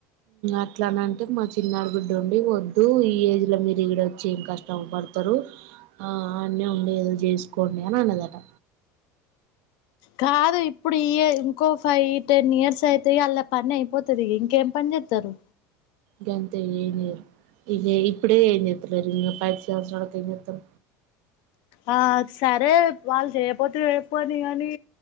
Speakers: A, on the right; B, on the left.
A: అట్లా అనంటే మా చిన్నాడు గుడ్డు ఉండి, వద్దు ఈ ఏజ్ లో మీరు ఇక్కడ వచ్చి ఏం కష్ట పడతారు, ఆ అన్నీ ఉండి ఏదో చేసుకోండి అని అన్నదట.
B: కాదు ఇప్పుడు ఈ ఇంకో ఫైవ్ టెన్ ఇయర్స్ అయితేయి అళ్లా పని అయిపోతుంది ఇ ఇంకేం పని చెస్తారు.
A: గంతే ఇ ఇప్పుడే క <unintelligible> పది సంవత్సరాల తరువాత ఎం చేస్తాం
B: ఆ సరే వాళ్ళు చేయపోతే అయిపోని కానీ,